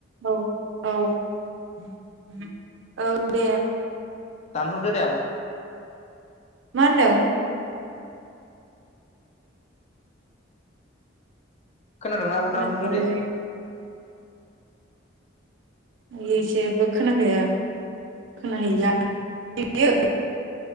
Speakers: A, on the right; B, on the left.
A: औ-औ-औ दे।
B: दानहरदोदि आब'।
A: मा होनदों।
B: खोनादों ना आब'
A: खोनाखायालै
B: दानहरदो दे।
A: आयै जेबो खोनाखाया। खोनाहैला नै बियो